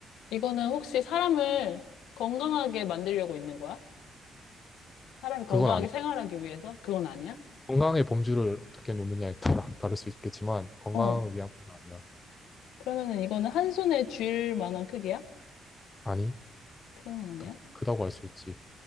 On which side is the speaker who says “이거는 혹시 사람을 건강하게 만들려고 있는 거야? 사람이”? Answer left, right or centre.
Left